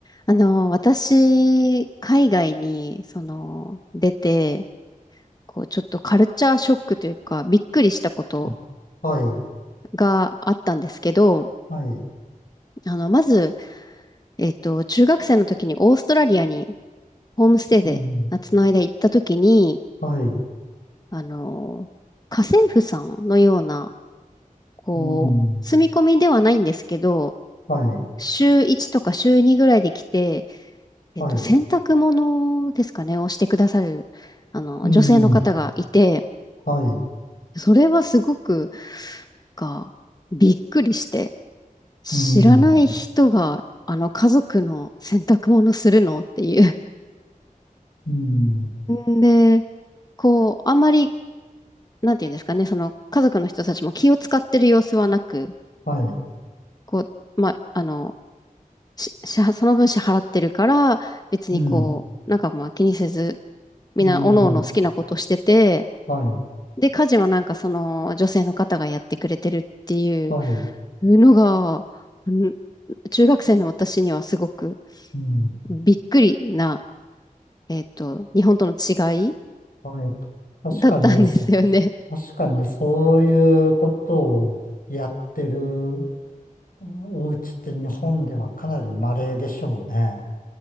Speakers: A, on the left; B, on the left.
A: あの、私、海外に、その、出て、こう、ちょっとカルチャーショックというか、びっくりしたこと
B: あ、はい、
A: があったんですけど、
B: はい、
A: あの、まず、えっと、中学生の時にオーストラリアにホームステイで夏の間行った時に、
B: うん、はい、
A: あの、家政婦さんのような、こう、
B: うん、
A: 住み込みではないんですけど、
B: はい、
A: 週1とか週2ぐらいで来て、えっと、
B: はい、
A: 洗濯物ですかね、をしてくださる、あの、
B: うん、
A: 女性の方がいて、
B: はい、
A: それはすごく、が、びっくりして、知らない人が、
B: うん、
A: あの、家族の洗濯物するのっていう。
B: うん、
A: んで、こう、あんまり、なんていうんですかね、その、家族の人たちも気を使ってる様子はなく、
B: はい、
A: こう、ま、あの、し、支払その分支払ってるから、別にこう、
B: うん、
A: なんかまあ気にせず、みんな、
B: うん、
A: おのおの好きなことしてて、
B: はい、
A: で、家事はなんかその女性の方がやってくれてるっていう
B: はい、
A: のが、ん中学生の私にはすごく
B: うん、
A: びっくりな、えっと、日本との違い
B: はい。確かに、
A: だったんですよね。
B: そ
A: <laughs>
B: 確かにそういうことをやってるうんお家って日本ではかなり稀でしょうね。